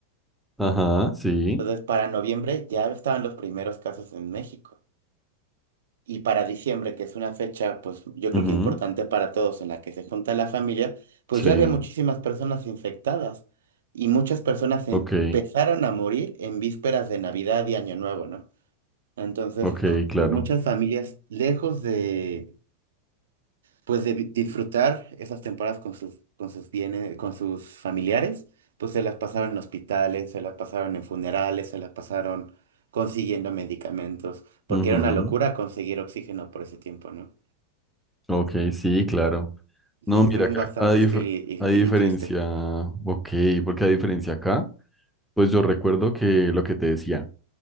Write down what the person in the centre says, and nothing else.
Ajá, sí.
Ujú,
Sí.
Ok.
Ok, claro.
Ujú,
Ok, sí, claro. No,
mira,
que
a, a dif-
a diferencia.
Ok, porque a diferencia acá. Pues yo recuerdo que lo que te decía,